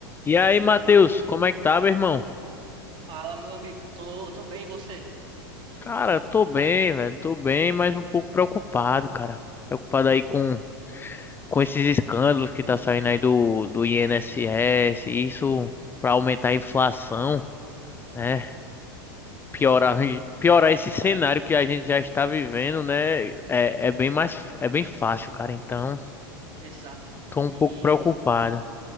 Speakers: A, on the left; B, on the right.
A: E aí, Matheus, como é que tá, meu irmão?
B: Fala, meu amigo. Tô, tô bem, e você?
A: Cara, tô bem, velho, tô bem, mas um pouco preocupado, cara. Preocupado aí com, com esses escândalos que tá saindo aí do, do INSS, isso pra aumentar a inflação, né? Piorar, piorar esse cenário que a gente já está vivendo, né? É, é bem mais, é bem fácil, cara. Então,
B: Exato.
A: tô
B: E,
A: um pouco preocupado.